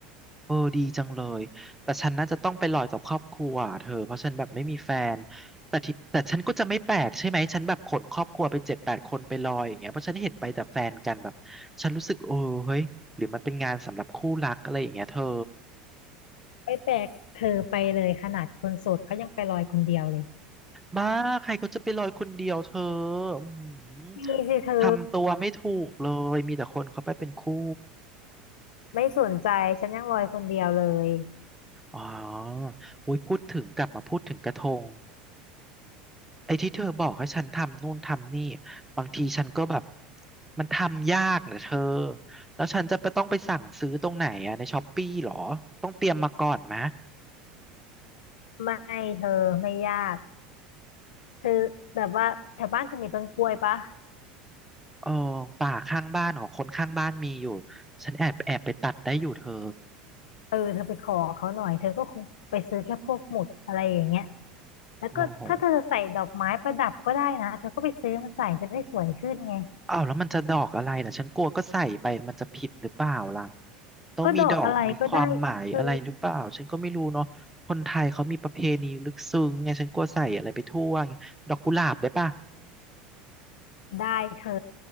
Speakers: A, in the centre; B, on the left.
A: เออดีจังเลยแต่ฉันน่าจะต้องไปลอยกับครอบครัวอะเธอเพราะฉันแบบไม่มีแฟนแต่ที่แต่ฉันก็จะไม่แปลกใช่ไหมฉันแบบขนครอบครัวไปเจ็ดแปดคนไปลอยอย่างเงี้ยเพราะฉันเห็นไปแต่แฟนกันแบบฉันรู้สึกเออเฮ้ยหรือมันเป็นงานสำหรับคู่รักอะไรอย่างเงี้ยเธอ
B: ไปแปลกเธอไปเลยขนาดคนโสดเขายังไปลอยคนเดียวเลย
A: บ้าใครเขาจะไปลอยคนเดียวเธออืม
B: มีสิเธอ
A: ทำตัวไม่ถูกเลยมีแต่คนเขาไปเป็นคู่
B: ไม่สนใจฉันยังลอยคนเดียวเลย
A: อ๋ออุ้ยพูดถึงกลับมาพูดถึงกระทง ไอ้ที่เธอบอกให้ฉันทำนู่นทำนี่บางทีฉันก็แบบมันทำยากเนะเธอแล้วฉันจะไปต้องไปสั่งซื้อตรงไหนอะในช้อปปี้หรอต้องเตรียมมาก่อนไหมะ
B: ไม่เธอไม่ยากเธอแบบว่าแถวบ้านเธอมีต้นกล้วยปะ
A: เออป่าข้างบ้านของคนข้างบ้านมีอยู่ฉันแอบแอบไปตัดได้อยู่เธอ
B: เออเธอไปขอเขาหน่อยเธอก็คงไปซื้อแค่พวกหมุดอะไรอย่างเงี้ยแล้วก็ถ้าเธอใส่ดอกไม้ประดับก็ได้นะเธอก็ไปซื้อมาใส่จะได้สวยขึ้นไง
A: โลโหอ้าวแล้วมันจะดอกอะไรนะฉันกลัวก็ใส่ไปมันจะผิดหรือเปล่าล่ะต้องมีดอกมีความหมายอะไรหรือเปล่าฉันก็ไม่รู้เนาะคนไทยเขามีประเพณีลึกซึ้งไงฉันกลัวใส่อะไรไปทั่วไงดอกกุหลาบได้ปะ
B: ก็ดอกอะไรก็ได้เธอได้เธอ